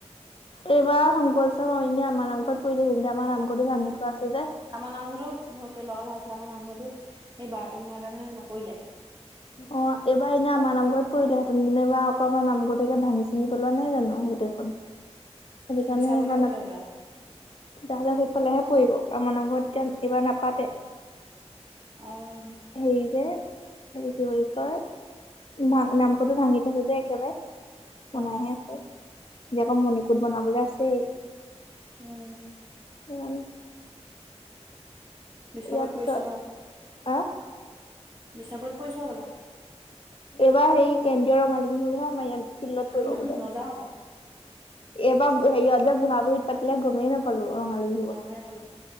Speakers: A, on the left; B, on the right.
A: এইবাৰ শংকৰোৎসৱ এনে আমাৰ নামঘৰত পৰিলে কিন্তু আমাৰ নামঘৰটো ভাঙি থোৱা আছে যে।
B: আমাৰ নামঘৰতো পেলোৱাৰ কথা আছিলে, আমাৰ নামঘৰতো সেই বাৰটো নাই কাৰণে নকৰিলে।
A: অ', এইবাৰ এনে আমাৰ নামঘৰত পৰিললেহেতেন, কিন্তু এবাৰ আকৌ আমাৰ নামঘৰতেকে ভাঙি-চিঙি পলোৱানাই ন জানো গোটেইখন? সেইটো কাৰণে
B: বিছাবতে
A: মানে,
B: পৰিলে হবলা
A: তেতিয়া হ'লে সেইফালেহে পৰিব আমাৰ নামঘৰত এতিয়া এবাৰ নাপাতে,
B: অ',
A: হেৰি যে এইটো কি বুলি কয়? ভা নামঘৰটো ভাঙি থৈছ যে একেবাৰে। বনাইহে
B: অ',
A: আছে, এতিয়া আকৌ মণিকোট বনাবলৈ আছেই।
B: উম।
A: <inaudible>
B: <inaudible> বিছাবত
A: ইয়াৰ পিছত,
B: পৰিছে
A: আহ
B: বিচাবুত পইচা হ'বলা।
A: এইবাৰ হেৰি, কেন্দ্ৰীয় ৰঙালী বিহুহে আমাৰ ইয়াত ফিল্ডত কৰিব
B: উম
A: বোলে।
B: মজা হ'ব।
A: এইবাৰ হেৰিহ'ল যে বুহা- বুহি পাতিলে গমেই নাপ ৰঙালী বিহু।
B: গমেই নাপালো,